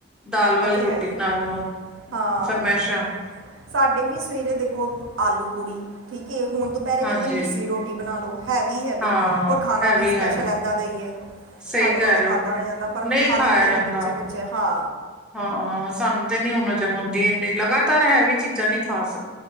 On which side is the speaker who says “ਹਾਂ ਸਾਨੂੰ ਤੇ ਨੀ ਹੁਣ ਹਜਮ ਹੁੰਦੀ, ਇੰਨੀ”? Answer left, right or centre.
Centre